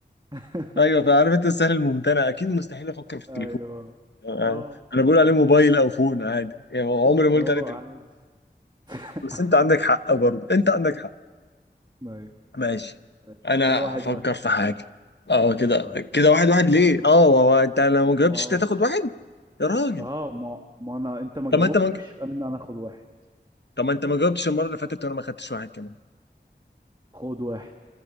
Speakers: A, on the right; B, on the left.
A: <laughs>
B: ايوه فعارف انت السهل الممتنع اكيد مستحيل افكر في التليفون
A: ايوه
B: انا
A: اه
B: أنا بقول عليه موبايل او فون عادي يعني عمري ما
A: اه
B: قلت عليه تليفون
A: عادي <laughs>
B: بس انت عندك حق برضه انت عندك حق
A: ايوه
B: ماشي
A: ماشي
B: انا
A: كده واحد
B: هفكر
A: واحد
B: في حاجه اه كده
A: ماشي
B: كده واحد واحد ليه اه هو انت لو ما جاوبتش
A: ما هو-
B: انت هتاخد واحد يا راجل
A: اه ما ما انا انت ما
B: طب
A: جاوبتش
B: ما انت ما
A: انا انا اخد واحد
B: طب ما انت ما جاوبتش المره اللي فاتت وانا ما خدتش واحد كمان
A: خد واحد